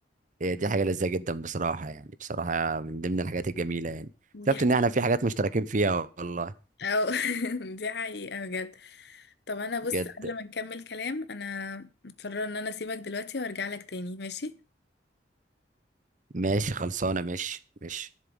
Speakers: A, on the right; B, on the left.
A: هي دي حاجه لذيذه جدا بصراحه يعني بصراحه من ضمن الحاجات الجميله يعني
B: دي
A: شفت
B: حقيقه
A: ان احنا في حاجات مشتركين فيها والله
B: او <laughs> دي حقيقه بجد طب انا بص
A: بجد
B: قبل ما نكمل كلام انا مضطره ان انا اسيبك دلوقتي وارجع لك تاني ماشي
A: ماشي خلصانه ماشي ماشي